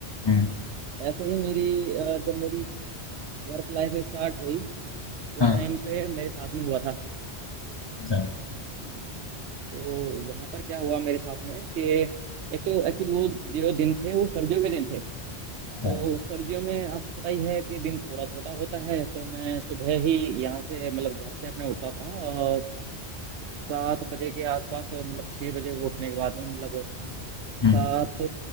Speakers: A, on the left (about 30°); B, on the right (about 85°).
A: हम्म
B: ऐसे ही मेरी अ, जब मेरी वर्क लाइफ स्टार्ट हुई उस
A: हाँ
B: टाइम पे मेरे साथ में हुआ था
A: अच्छा
B: तो वहां पर क्या हुआ मेरे साथ में कि एक तो एक्चुअली वो जो दिन थे वो सर्दियों के दिन थे तो
A: अच्छा
B: सर्दियों में आपको पता ही है कि दिन थोड़ा छोटा होता है तो मैं सुबह ही यहाँ से मतलब घर से अपने उठता था और सात बजे के आसपास मतलब छह बजे को उठने के बाद में मतलब
A: हम्म
B: सात